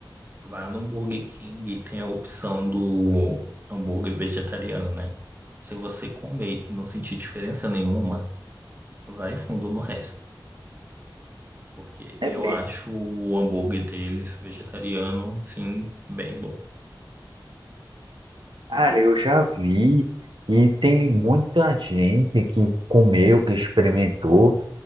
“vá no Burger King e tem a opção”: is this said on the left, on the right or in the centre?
Right